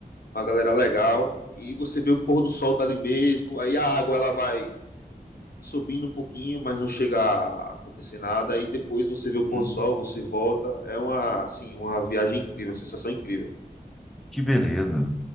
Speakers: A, on the left; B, in the centre.
A: uma galera legal. E você vê o pôr do sol dali mesmo. Aí a água ela vai subindo um pouquinho, mas não chega a acontecer nada. Aí depois você vê o
B: Uhum.
A: pôr do sol, você volta. É uma, assim, uma viagem incrível, uma sensação incrível.
B: Que beleza.